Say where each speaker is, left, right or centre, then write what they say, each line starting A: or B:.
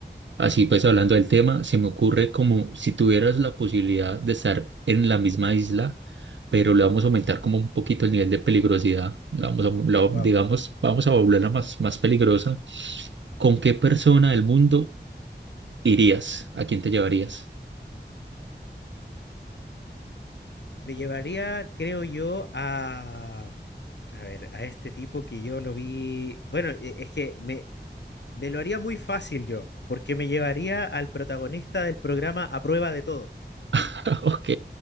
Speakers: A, on the right; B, on the left.
A: Así pues,
B: A ver,
A: hablando del tema, se me ocurre como si tuvieras la posibilidad de estar en la misma isla, pero le vamos a aumentar como un poquito el nivel de peligrosidad. La vamos a, la-
B: wow.
A: digamos, vamos a volverla más, más peligrosa. ¿Con qué persona del mundo irías? ¿A quién te llevarías?
B: Me llevaría, creo yo, a, a ver, a este tipo que yo lo vi, bueno, e- es que me, me lo haría muy fácil yo, porque me llevaría al protagonista del programa A Prueba de Todo.
A: <laughs> Ok,